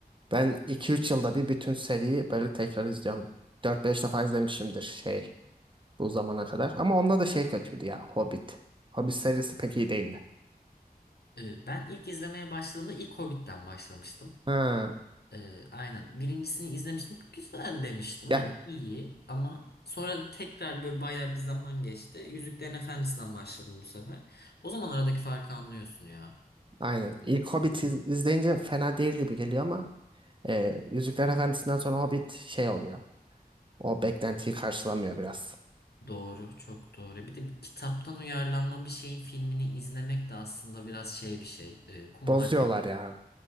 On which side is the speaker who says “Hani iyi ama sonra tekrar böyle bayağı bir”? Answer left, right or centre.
Left